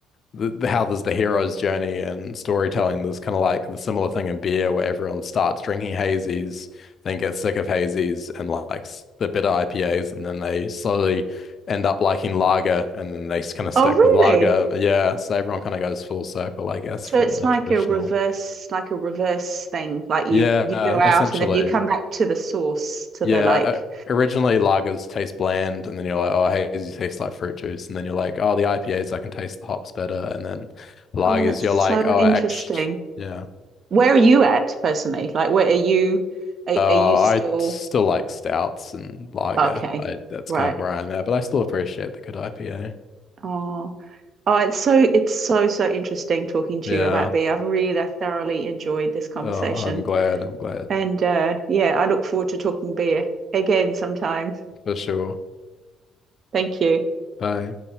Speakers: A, on the left (about 50°); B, on the right (about 50°).
A: the, the how there's the hero's journey and storytelling. There's kind of like the similar thing in beer where everyone starts drinking hazies, then gets sick of hazies and likes the bitter IPAs, and then they slowly end up liking lager, and then they kind of
B: Oh,
A: stick
B: really?
A: with lager. Yeah, so everyone kind of goes full circle, I guess,
B: So
A: from
B: it's
A: the
B: like
A: traditional.
B: a reverse, like a reverse thing. Like you
A: Yeah,
B: you go out
A: essentially.
B: and then you come back to the source, to
A: Yeah.
B: the like,
A: o- Originally, lagers taste bland, and then you're like, oh, hazy tastes like fruit juice. And then you're like, oh, the IPAs, I can taste the hops better. And then lagers,
B: oh, that's
A: you're
B: so
A: like, oh,
B: interesting.
A: actually, yeah.
B: Where are you at personally? Like, where are you? Are,
A: Oh,
B: are you still
A: I still like stouts and lager.
B: okay?
A: I, that's
B: Right.
A: kind of where I'm at, but I still appreciate the good IPA.
B: Oh. Oh, it's so it's so so interesting talking to
A: Yeah.
B: you about beer. I've really thoroughly enjoyed this conversation.
A: Oh, I'm glad. I'm glad
B: And uh yeah, I look forward to talking beer again sometime.
A: for sure.
B: Thank you.
A: Bye.